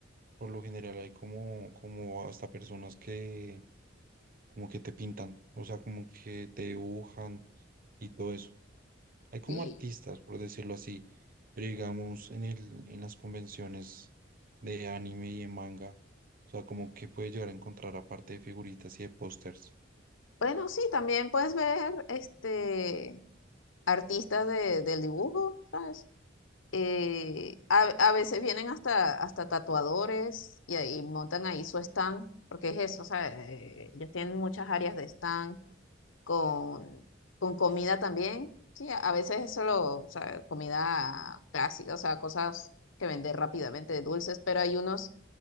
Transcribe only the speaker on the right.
por lo general hay como, como hasta personas que como que te pintan, o sea, como que te dibujan y todo eso. Hay como
artistas, por decirlo así, pero digamos en el, en las convenciones de anime y de manga, o sea, como que puede llegar a encontrar aparte de figuritas y de pósters.